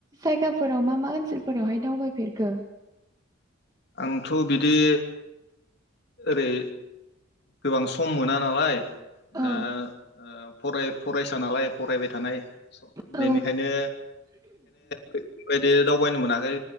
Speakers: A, on the right (about 20°); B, on the left (about 55°).
A: जायगाफोराव मा मा ओनसोलफोरावहाय दावबायफेरखो?
B: आंथ' बिदि ओरै गोबां सम मोना नालाय
A: औ
B: दा ओ फराय फरायसा नालाय फरायबाय थानाय
A: औ
B: बेनिखायनो बे बायदि दावबायनो मोनाखै